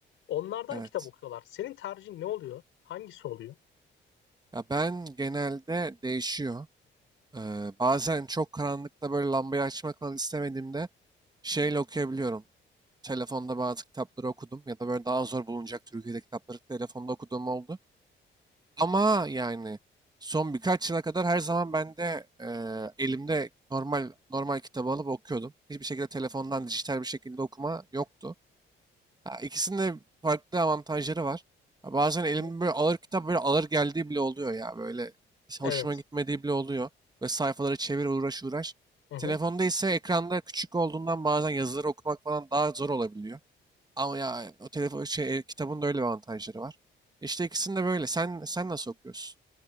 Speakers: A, on the left (about 80°); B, on the right (about 20°).
A: Onlardan
B: Evet.
A: kitap okuyorlar. Senin tercihin ne oluyor? Hangisi oluyor?
B: Ya ben genelde değişiyor. Ee, bazen çok karanlıkta böyle lambayı açmak falan istemediğimde şeyle okuyabiliyorum. Telefonda bazı kitapları okudum ya da böyle daha zor bulunacak Türkiye'de kitapları telefonda okuduğum oldu. Ama yani son birkaç yıla kadar her zaman ben de e, elimde normal normal kitabı alıp okuyordum. Hiçbir şekilde telefondan dijital bir şekilde okuma yoktu. Ya ikisinin de farklı avantajları var. Ya bazen
A: Evet.
B: elimde böyle ağır kitap böyle ağır geldiği bile oluyor ya. Böyle hoşuma
A: Evet.
B: gitmediği bile oluyor. Ve sayfaları çevir uğraş uğraş.
A: Hı hı.
B: Telefonda ise ekranda küçük olduğundan bazen yazıları okumak falan daha zor olabiliyor. Ama ya o telefon şey e, kitabın da öyle bir avantajları var. İşte ikisini de böyle. Sen sen nasıl okuyorsun?